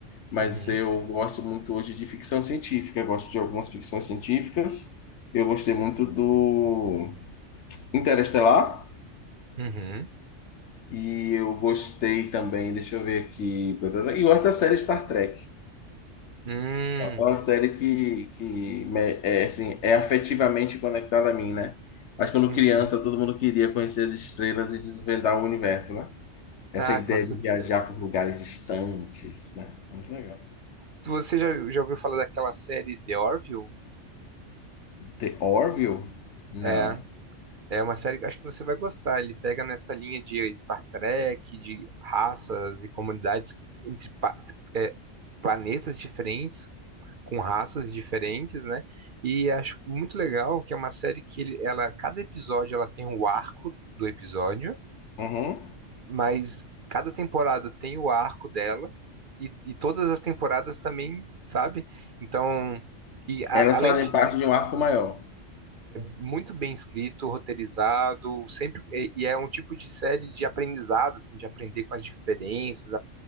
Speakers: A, on the left; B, on the right.
A: mas
B: Uhum,
A: eu gosto muito hoje de ficção científica, eu gosto de algumas ficções científicas. Eu gostei muito do Interestelar
B: uhum,
A: e eu gostei também, deixa eu ver aqui, e eu gosto da série Star Trek.
B: hum,
A: É uma série que, que me- é, assim, é afetivamente conectada a mim, né? Acho que quando
B: uhum.
A: criança todo mundo queria conhecer as estrelas e desvendar o universo, né? Essa
B: Ah,
A: ideia
B: com certeza.
A: de viajar por lugares distantes, né? Muito legal.
B: Se Você já, já ouviu falar daquela série The Orville?
A: The Orville? Não.
B: é É uma série que eu acho que você vai gostar. Ele pega nessa linha de Star Trek, de raças e comunidades que- entre pa- é, planetas diferentes, com raças diferentes, né? E acho muito legal que é uma série que ele- ela, cada episódio ela tem o arco do episódio,
A: Uhum.
B: mas cada temporada tem o arco dela e, e todas as temporadas também, sabe? Então, e a-
A: Elas
B: além
A: fazem
B: de
A: parte de um arco maior.
B: muito bem escrito, roteirizado, sempre e é um tipo de série de aprendizado, assim, de aprender com as diferenças,